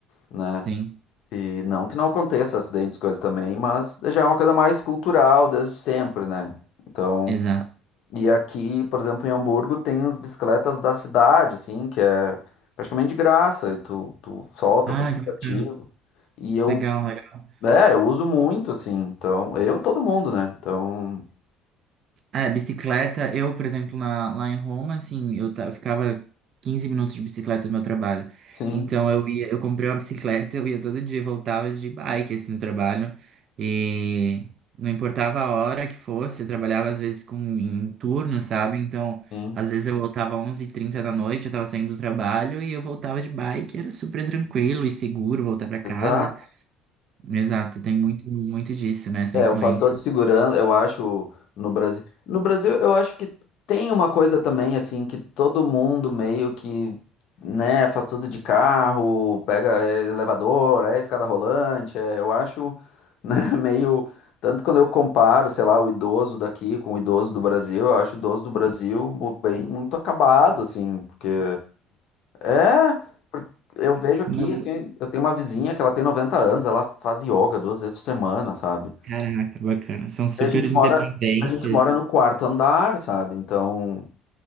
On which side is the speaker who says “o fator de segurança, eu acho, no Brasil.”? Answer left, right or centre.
Left